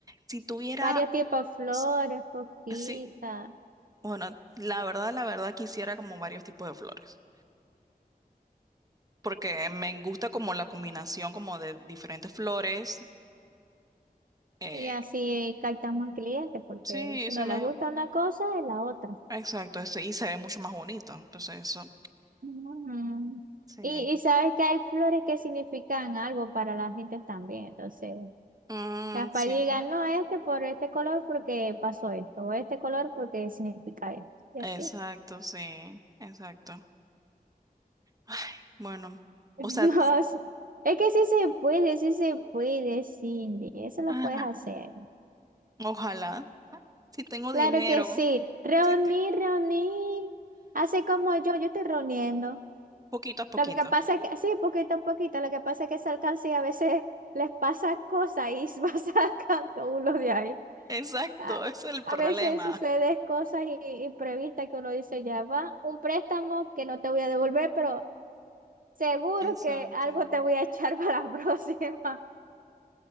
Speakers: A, on the right (about 25°); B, on the right (about 60°).
A: Si tuviera,
B: Varios tipos de flores,
A: s-
B: coquitas,
A: sí, bueno, la verdad, la verdad quisiera como varios tipos de flores, porque me gusta como la combinación como de diferentes flores. eh,
B: y así captas más clientes, porque
A: sí,
B: si
A: se
B: no
A: me,
B: le gusta una cosa, es la otra.
A: exacto, eso, y se ve mucho más bonito. Entonces eso,
B: Ujú.
A: sí.
B: Y, y sabes que hay flores que significan algo para las gentes también. Entonces,
A: Mm,
B: capaz
A: sí,
B: digan, no, este por este color porque pasó esto, o este color porque significa esto. Y
A: exacto,
B: así. <laughs>
A: sí, exacto. Ay, bueno,
B: No,
A: o sea,
B: sí. Es que sí se puede, sí se puede, Cindy. Eso lo
A: ah,
B: puedes hacer.
A: ojalá, si tengo
B: Claro
A: dinero.
B: que sí. Reunir,
A: si
B: reunir. Así como yo, yo estoy reuniendo.
A: Poquito a poquito.
B: Lo que pasa es que, sí, poquito a poquito, lo que pasa es que esa alcancía a veces les pasa cosas y <laughs> se va sacando uno de ahí.
A: Exacto,
B: A,
A: ese es el
B: a
A: problema.
B: veces sucede cosas i- imprevistas que uno dice, ya va, un préstamo que no te voy a devolver, pero seguro
A: Exacto.
B: que algo te voy a echar <laughs> para la próxima.